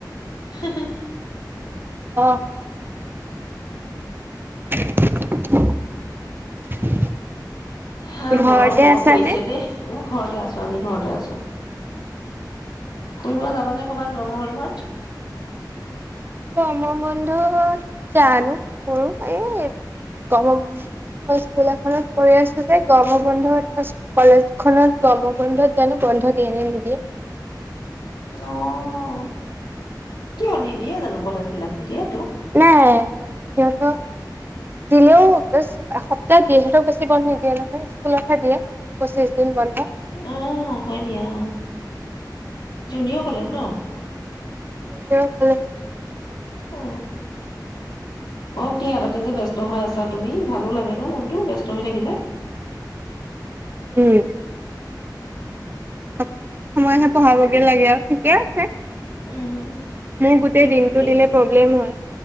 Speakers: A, on the left; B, on the right.
A: হম
B: অ'- <inaudible>
A: হা
B: ঘৰতে
A: গৰম বৰ
B: আছানে
A: পৰিছে দেই, ঘৰতে আছো আজি ঘৰতে আছো ফুৰিব যাব <unintelligible> গৰমৰ বন্ধত
B: গম বন্ধত জানো কি কৰো এই গম মই স্কুল এখনত কৰি আছো যে গম বন্ধত কলেজখনত গম বন্ধত জানো বন্ধ দিয়ে নে নিদিয়ে।
A: অ' কিয় নিদিয়ে জানো কলেজ বিলাক দিয়েতো।
B: নাই সিহঁতক দিলেও বে এসপ্তাহ দ সিহতক বেছি বন্ধ নিদিয়ে নহয় স্কুলতহে দিয়ে পঁচিশ দিন বন্ধ।
A: অ' হয় দিয়া অ' জুনিয়ৰ কলেজ ন?
B: জুনিয়ৰ কলেজ অ
A: অ' হওক দিয়া তাতে যে ব্যস্ত হৈ আছা তুমি ভালো লাগে ন মনটো ব্যস্ত হৈ থাকিলে।
B: উম অ সময়হে পঢ়াবগে লাগে আৰু ঠিকে আছে।
A: উম
B: মোৰ গোটেই
A: কে
B: দিনটো
A: কে
B: দিলে প্ৰব্লেম হয়